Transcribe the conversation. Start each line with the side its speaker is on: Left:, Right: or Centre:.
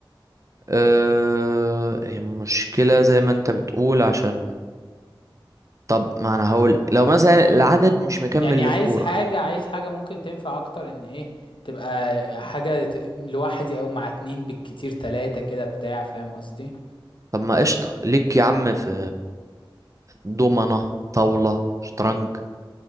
Right: أه هي مشكلة زي ما انت بتقول عشان طب ما انا هقول لو مثلا العدد مش مكمل
Left: يعني عايز
Right: للكورة
Left: حاجه عايز حاجه ممكن تنفع اكتر ان ايه تبقى حاجه ت- لوحدي او مع اتنين بالكتير تلاتة كده بتاع فاهم قصدي
Right: طب ما قشطة ليك يا عم في دومنة طاولة شطرنج